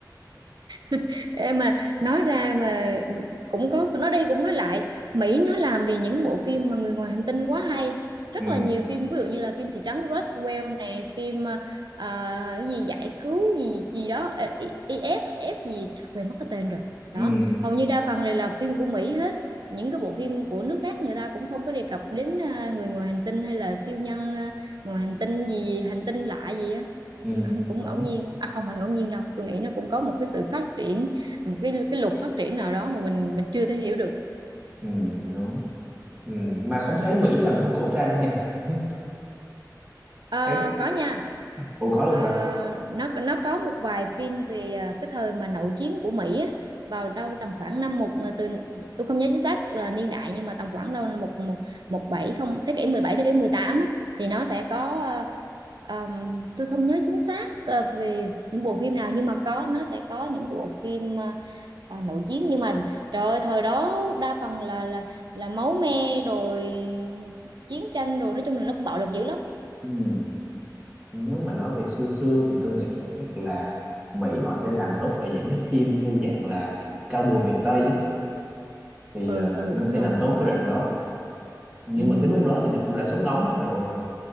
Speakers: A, on the right; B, on the right.
A: <laughs> Ê mà nói ra mà cũng có nói đi cũng nói lại Mỹ nó làm về những bộ phim mà người ngoài hành tinh quá hay rất
B: ừ
A: là nhiều phim ví dụ như là phim thị trấn Roswell nè phim ờ, ờ, cái gì giải cứu gì gì đó ờ, I- IF F gì quên mất cái tên rồi đó
B: ừ
A: hầu như đa phần đều là phim của Mỹ hết những cái bộ phim của nước khác người ta cũng không có đề cập đến ờ, người ngoài hành tinh hay là siêu nhân ờ, ngoài hành tinh gì hành tinh lạ gì á
B: ừ
A: <laughs> cũng
B: đúng
A: ngẫu nhiên à, không phải ngẫu nhiên đâu tôi nghĩ nó cũng có một cái sự phát triển một cái cái luật phát triển nào đó mà mình mình chưa thể hiểu được
B: ừ đúng Ừ, mà không thấy Mỹ làm phim cổ trang nha <laughs>
A: Ờ,
B: thấy
A: có nha
B: ủa có luôn
A: Ờ,
B: hả
A: nó nó có một vài phim về à, cái thời mà nội chiến của Mỹ á, vào đâu tầm khoảng năm một à, từ tôi không nhớ chính xác là niên đại nhưng mà tầm khoảng đâu năm một một một bảy không thế kỷ mười bảy thế kỷ 18 á, thì nó sẽ có ờ, ờm, tôi không nhớ chính xác ờ, về những bộ phim nào nhưng mà có nó sẽ có những bộ phim à, à, nổi tiếng nhưng mà trời ơi, thời đó đa phần là là là máu me rồi chiến tranh rồi nói chung là nó cũng bạo lực dữ lắm
B: ừ. nếu mà nói về xưa xưa thì tôi nghĩ là chắc là Mỹ họ sẽ làm tốt ở những cái phim theo dạng là cao bùa miền Tây á thì
A: ừ
B: ờ,
A: ừ
B: nó
A: đúng
B: sẽ
A: rồi
B: làm tốt
A: cũng có
B: cái đoạn đó nhưng
A: ừ
B: mà cái lúc đó thì nó cũng đã súng ống hết rồi